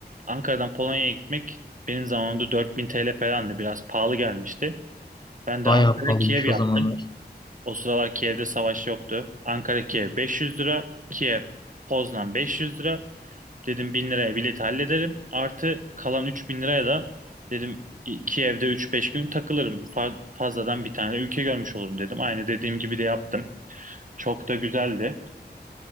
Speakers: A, on the right; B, on the left.
A: Ankara'dan Polonya'ya gitmek benim zamanımda 4000 TL falandı. Biraz pahalı gelmişti. Ben
B: Bayağı
A: de Ankara
B: pahalıymış
A: Kiev yaptım.
B: o zamanlar.
A: O sıralar Kiev'de savaş yoktu. Ankara Kiev 500 lira. Kiev Poznan 500 lira. Dedim 1000 liraya bilet hallederim. Artı kalan 3000 liraya da dedim Kiev'de 3-5 gün takılırım. Fa- Fazladan bir tane ülke görmüş olurum dedim. Aynı dediğim gibi de yaptım. Çok da güzeldi.